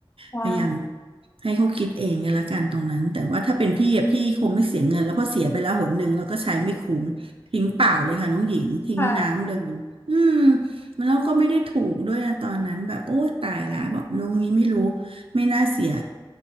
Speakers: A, on the left; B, on the right.
A: ค่ะ
B: พยายามให้เขาคิดเองกันละกันตรงนั้นแต่ว่าถ้าเป็นพี่อะพี่คงไม่เสียเงินแล้วเพอเสียไปแล้วหนหนึ่งแล้วก็ใช้ไม่คุ้ม ทิ้งเปล่าเลยค่ะน้องหญิงทิ้งน้ำเลยอืม
A: <laughs> ค่ะ
B: มันแล้วก็ไม่ได้ถูกด้วยอะตอนนั้นแบบโอ้ตายละบอกลุงนี้ไม่รู้ไม่น่าเสีย